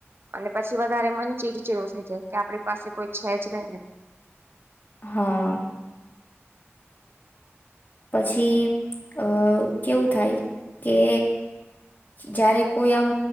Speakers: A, on the right (about 55°); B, on the left (about 35°).
A: અને પછી વધારે મને ચીડ ચડો થઈ જાય કે આપડે પાસે કોઈ છે જ નહીં.
B: હા. પછી અ કેવું થાય કે જયારે કોઈ આમ